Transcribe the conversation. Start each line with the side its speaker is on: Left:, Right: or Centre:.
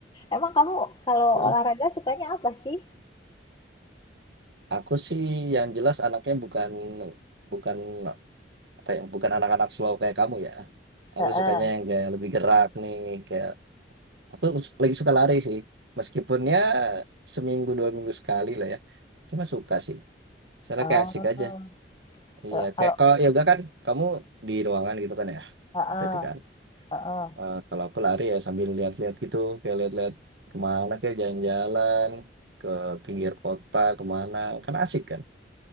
Left: Emang kamu kalau
Right: Eh,
Left: olahraga sukanya apa sih?
Right: Aku sih yang jelas anaknya bukan bukan apa ya, bukan anak-anak slow kayak kamu ya. Aku
Left: Heeh.
Right: sukanya yang kayak lebih gerak nih kayak aku su- lagi suka lari sih. Meskipun ya seminggu dua minggu sekali lah ya. Cuma suka sih. Soalnya
Left: Oh.
Right: kayak asik aja. Iya,
Left: Eh, Kalau
Right: kayak kalau yoga kan kamu di ruangan gitu kan ya.
Left: heeh,
Right: Berarti kan.
Left: heeh.
Right: Eh, kalau aku lari ya sambil lihat-lihat gitu, kayak lihat-lihat kemana kayak jalan-jalan ke pinggir kota kemana, kan asik kan?